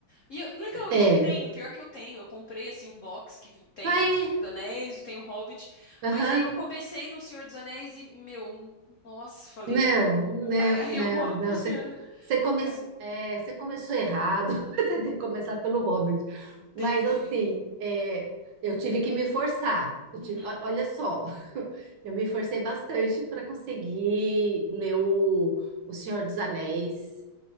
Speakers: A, on the left; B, on the right.
A: E eu- legal,
B: É.
A: eu tenho, pior que eu tenho. Eu comprei assim um box que tem
B: Aí,
A: os dos Anéis, tem o Hobbit,
B: aham.
A: mas aí eu comecei no Senhor dos Anéis e, meu, n- nossa, falei,
B: Não,
A: ah, não
B: não,
A: não vai. <laughs>
B: não,
A: Aí o Hobbit,
B: não. Você,
A: eu-
B: você, come,
A: é,
B: é, você começou errado. <laughs> Você tem que começar pelo Hobbit.
A: entendi.
B: Mas, assim, é, eu tive que me forçar. Eu
A: Uhum.
B: tive- o- olha só, eu me forcei bastante para conseguir ler o, o Senhor dos Anéis